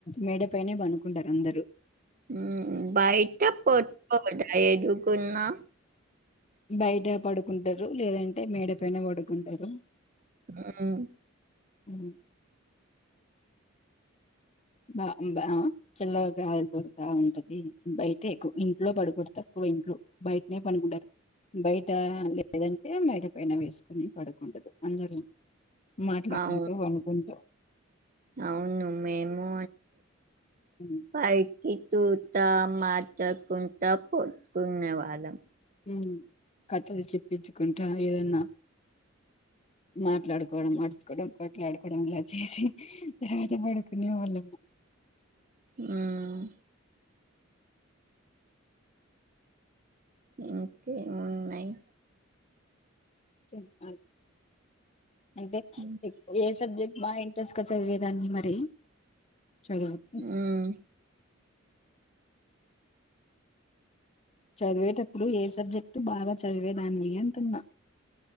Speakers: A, on the left; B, on the right.
A: మేడ పైనే పనుకుంటారు అందరుూ
B: ఉమ్ బయట పోట్టదా ఎదుగున్నా
A: బయట పడుకుంటారు లేదంటే మేడ పైన పడుకుంటారు
B: ఉమ్
A: ఉమ్ బా బా చిల్ల గాయ గురుతా ఉంటది బయటె ఎక్కువ ఇంట్లో పడకోవడం ఎక్కువ ఇంట్లో బయటనే పనికుంటారు బయట లేదంటే మేడ పైన వేసుకుని పడకుండు అందరూ మాట్లాడుకుంటూ
B: అవు
A: పనుకుంటూ
B: అవును మేము
A: ఉమ్,
B: పైకి తూ త మాట కుంతప్పు కున్న వాళం
A: ఉమ్ కథలు చెప్పించుకుంటా ఏదన్నా మాట్లాడుకోవడం ఆడుచుకోవడం కొట్లాడుకోవడం ఇలా చేసి తర్వాత ఆడుకునే వాళ్ళం
B: ఉమ్ ఇంకే మున్నాయి
A: చెప్పాలి అంటే
B: హ్మ్.
A: ఎక్కవ ఏ సబ్జెక్ట్ మా ఇంట్రెస్ట్గా చదివేదాన్ని మరి చదవదు
B: హ్మ్.
A: చదివేటప్పుడు ఏ సబ్జెక్టు బాగా చదివేదానివి అంటున్నా